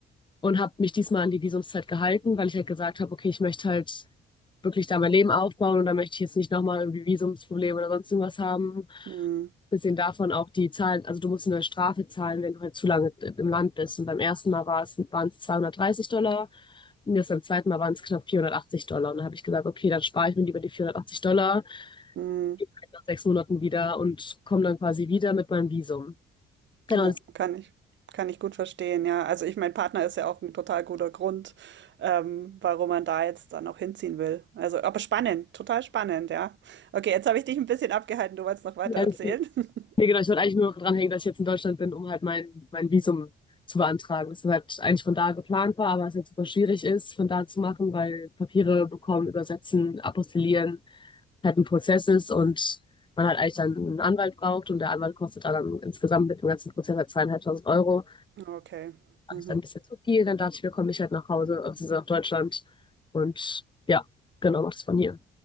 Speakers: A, on the left (about 25°); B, on the right (about 65°).
A: und habe mich diesmal an die Visumszeit gehalten, weil ich halt gesagt habe, okay, ich möchte halt wirklich da mein Leben aufbauen und da möchte ich jetzt nicht nochmal irgendwie Visumsprobleme oder sonst irgendwas haben.
B: Mhm,
A: Bisschen davon auch die Zahlen, also du musst eine Strafe zahlen, wenn du halt zu lange im Land bist. Und beim ersten Mal war es, waren es 230 Dollar und jetzt beim zweiten Mal waren es knapp 480 Dollar. Und dann habe ich gesagt, okay, dann spare ich mir lieber die 480 Dollar,
B: mhm.
A: die kann ich nach sechs Monaten wieder und komme dann quasi wieder mit meinem Visum. Genau,
B: Ja, kann ich. Kann ich gut verstehen, ja. Also ich, mein Partner ist ja auch ein total guter Grund, ähm, warum man da jetzt dann auch hinziehen will. Also, aber spannend, total spannend, ja. Okay, jetzt habe ich dich ein bisschen abgehalten, du wolltest noch weiter
A: das
B: erzählen. <laughs>
A: Ne, genau, ich wollte eigentlich nur dranhängen, dass ich jetzt in Deutschland bin, um halt mein, mein Visum zu beantragen. Das halt eigentlich von da geplant war, aber es jetzt super schwierig ist, von da zu machen, weil Papiere bekommen, übersetzen, apostillieren halt ein Prozess ist und man halt eigentlich dann einen Anwalt braucht und der Anwalt kostet dann, insgesamt mit dem ganzen Prozess halt zweieinhalbtausend Euro.
B: Okay.
A: Fand
B: Mhm.
A: ich dann ein bisschen zu viel, dann dachte ich mir, komm ich halt nach Hause, also nach Deutschland und ja, genau, mach das von hier.